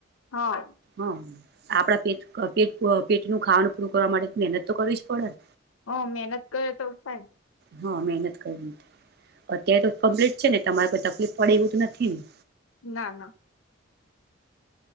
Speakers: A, on the left (about 85°); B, on the right (about 50°).
A: હા
B: હા. આપણા પેટ પેટ પેટનું ખાવાનું પૂરું કરવા માટે મહેનત તો કરવી જ પડે ને.
A: હ મહેનત કરે તો થાય.
B: હા મહેનત કરવી અત્યારે તો કમ્પ્લીટ છે ને તમારે કોઈ તકલીફ પડે એવું તો નથી ને?
A: ના ના.